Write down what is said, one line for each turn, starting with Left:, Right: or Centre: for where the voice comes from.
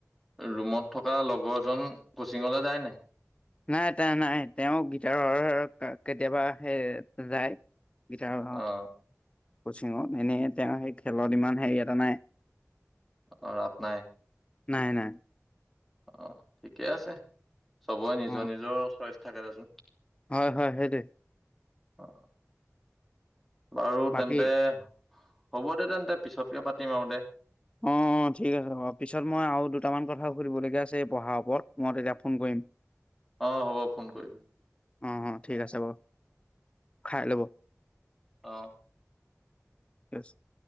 Centre: ৰুমত থকা লগৰজন কোচিঙলে যায় নাই
Left: নাই তেওঁ নাই তেওঁ গিটাৰৰ কেতিয়াবা সেই যায় গিটাৰৰ
Centre: অ
Left: কচিঙত এনেই তেওঁ সেই খেলত ইমান হেৰি এটা নাই
Centre: অ ৰাপ নাই
Left: নাই নাই
Centre: অ ঠিকে আছে চবৰে নিজৰ
Left: অ
Centre: নিজৰ চইচ থাকে দেচোন
Left: হয় হয় সেইটোৱে
Centre: অ বাৰু
Left: বাকী
Centre: তেন্তে হ'ব দে তেন্তে পিছতকে পাতিম আৰু দে
Left: অ অ ঠিক আছে দে হ'ব পিছত মই আৰু দুটামান কথা সুধিবলগীয়া আছে এই পঢ়াৰ ওপৰত মই তেতিয়া ফোন কৰিম
Centre: অ হ'ব ফোন কৰিবি।
Left: অ অ ঠিক আছে বাৰু, খাই লব।
Centre: অ।
Left: <unintelligible>